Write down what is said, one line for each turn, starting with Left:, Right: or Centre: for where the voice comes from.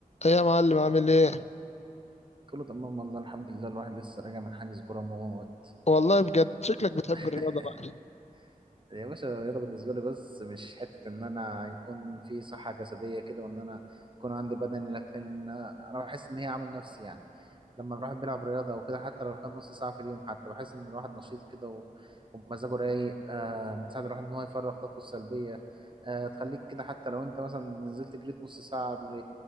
Left: ايه يا معلم عامل ايه
Right: كله تمام والله الحمد لله الواحد لسه راجع من حجز كورة موت
Left: والله بجد شكلك بتحب
Right: <laughs>
Left: الرياضه بقى
Right: يا باشا الرياضة بالنسبة لي بس مش حتة إن أنا يكون في صحة جسدية كده وإن أنا يكون عندي بدني لكن أنا بحس إن هي عامل نفسي يعني لما الواحد بيلعب رياضة أو كده حتى لو كان نص ساعة في اليوم حتى بحس إن الواحد نشيط كده و- ومزاجه رايق آه بتساعد الواحد إن هو يفرغ طاقته السلبية آه تخليك كده حتى لو أنت مثلا نزلت جريت نص ساعة قبل